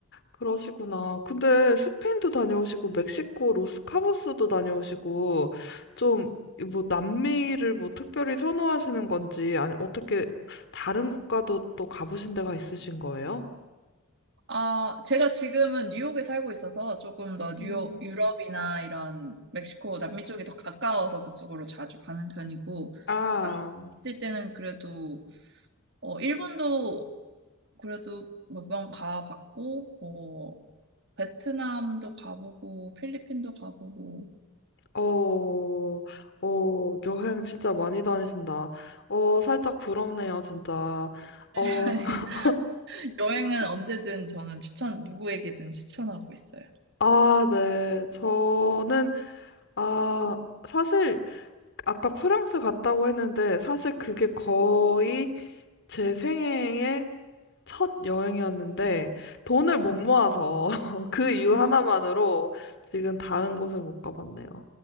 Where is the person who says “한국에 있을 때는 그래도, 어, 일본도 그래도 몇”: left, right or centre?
Right